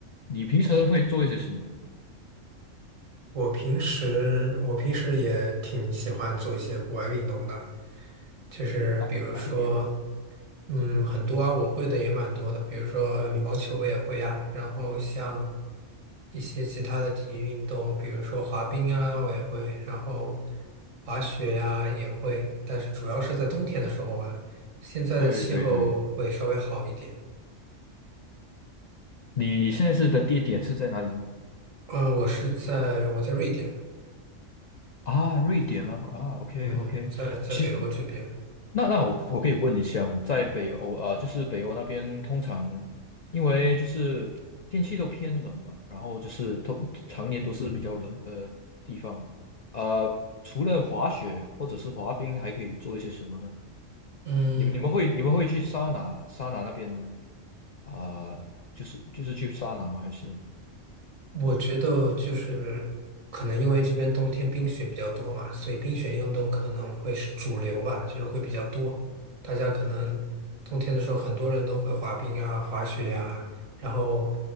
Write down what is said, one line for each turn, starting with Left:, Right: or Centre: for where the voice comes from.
Left: 你平时会做一些什么？
Right: 我平时我平时也挺喜欢做一些户外运动的，就是比如说，
Left: 打打个比如呢？
Right: 嗯，很多啊，我会的也蛮多的，比如说羽毛球我也会啊，然后像一些其他的体育运动，比如说滑冰啊，我也会，然后滑雪呀、也会，但是主要是在冬天的时候吧，现在的气候会稍微好一点。
Left: 对对对，你你现在是的地点是在哪里呢？
Right: 嗯、我是在我在瑞典，
Left: 啊，瑞典吗？啊，OK
Right: 嗯，
Left: OK，
Right: 在在北欧这边，
Left: 其实那那我我可以问一下吗？在北欧啊，就是北欧那边，通常因为就是天气都偏冷嘛，然后就是通常年都是比较冷的地方啊。除了滑雪或者是滑冰，还可以做一些什么呢？
Right: 嗯。
Left: 你们你们会你们会去桑拿桑拿那边啊，就是就是去桑拿吗？还是？
Right: 我觉得就是可能因为这边冬天冰雪比较多嘛，所以冰雪运动可能会是主流吧，就是会比较多。大家可能冬天的时候，很多人都会滑冰啊、滑雪啊，然后